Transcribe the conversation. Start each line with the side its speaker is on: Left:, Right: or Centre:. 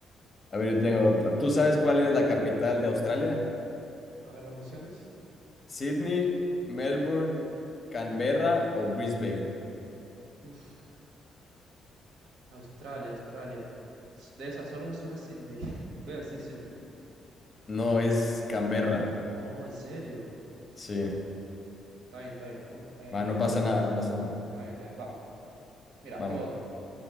Left: A ver, yo tengo otra. ¿Tú sabes cuál es la capital de Australia?
Right: A ver, dame opciones.
Left: ¿Sydney, Melbourne, Canberra o Brisbane?
Right: Uf, Australia, Australia. S- De esas solo me suena Sydney. <laughs> Voy a decir Sydney.
Left: No, es Canberra.
Right: Oh, ¿en serio?
Left: Sí.
Right: Chu. Está bien, está bien. Un, eh,
Left: Va, no pasa
Right: dos.
Left: nada, no pasa nada.
Right: Está bien, está bien. Vamos. Mira,
Left: Vamos.
Right: aquí va otra.